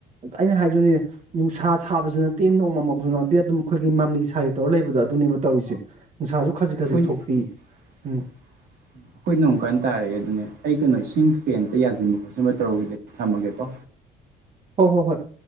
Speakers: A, on the right; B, on the right.
A: ꯑꯩꯅ ꯍꯥꯏꯗꯣꯏꯅꯦ ꯅꯨꯡꯁꯥ ꯁꯥꯕꯁꯨ ꯅꯠꯇꯦ ꯅꯣꯡꯃꯪꯕꯁꯨ ꯅꯠꯇꯦ ꯑꯗꯨꯝ ꯑꯩꯈꯣꯏꯒꯤ ꯃꯥꯝꯂꯤ ꯁꯥꯔꯤ ꯇꯧꯔ ꯂꯩꯕꯗꯣ ꯑꯗꯨꯅꯦꯕ ꯇꯧꯔꯤꯁꯦ ꯅꯨꯡꯁꯥꯁꯨ ꯈꯖꯤꯛ ꯈꯖꯤꯛ
B: ꯍ ꯑꯩꯈꯣꯏ
A: ꯊꯣꯛꯄꯤ ꯎꯝ
B: ꯅꯣꯡ ꯀꯥꯟ ꯇꯥꯏꯌꯦ ꯑꯗꯨꯅꯦ ꯑꯩ ꯀꯩꯅꯣ ꯏꯁꯤꯡ ꯀꯀꯩ ꯌꯥꯁꯤꯟ ꯈꯣꯠꯆꯤꯟꯕ ꯑꯝꯇ ꯇꯧꯔꯨꯒꯦ ꯊꯝꯃꯒꯦꯀꯣ
A: ꯍꯣ ꯍꯣ ꯍꯣꯏ